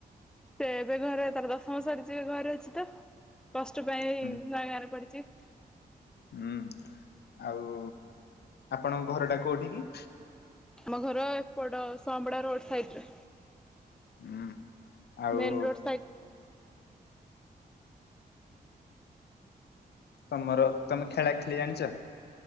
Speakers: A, in the centre; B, on the left.
A: ସେ ଏବେ ଘରେ ତାର ଦଶମ ସରିଛି ଏ ଘରେ ଅଛି ତ ପ୍ଲସ ଟୁ ପାଇଁ
B: ହୁଁ
A: ନୟାଗଡ଼ରେ ପଢୁଛି।
B: ହୁଁ ଆଉ ଆପଣଙ୍କ ଘର ଟା କୋଉଠି କି?
A: ଆମ ଘର ଏପଟ ସମପୋଡା ରୋଡ ସାଇଡରେ।
B: ହୁଁ ଆଉ
A: ମେନ୍ ରୋଡ ସାଇଡ
B: ତମର ତମେ ଖେଳା ଖେଳି ଜାଣିଛ?